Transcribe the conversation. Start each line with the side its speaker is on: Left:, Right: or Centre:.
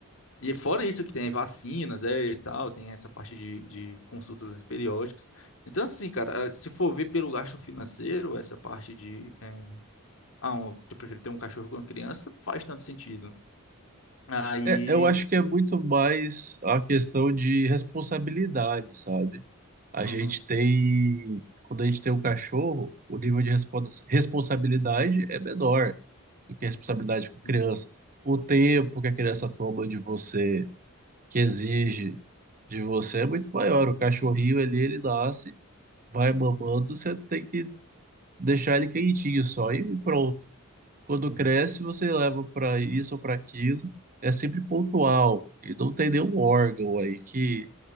Left: E fora isso que tem vacinas, é, e tal, tem essa parte de, de consultas periódicas. Então, assim, cara, eh, se for ver pelo gasto financeiro, essa parte de... eh, ah, um, eu prefiro ter um cachorro com uma criança, faz tanto sentido, né? Aí...
Right: É, eu acho que é muito mais a questão de responsabilidade, sabe? A
Left: Uhum,
Right: gente tem, quando a gente tem um cachorro, o nível de respons- responsabilidade é menor do que a responsabilidade com
Left: sim.
Right: criança. O tempo que a criança toma de você, que exige de você, é muito maior. O cachorrinho ali, ele nasce, vai mamando, você tem que deixar ele quentinho só e pronto. Quando
Left: Uhum,
Right: cresce, você leva para isso ou para aquilo, é sempre pontual. E não tem nenhum órgão aí que,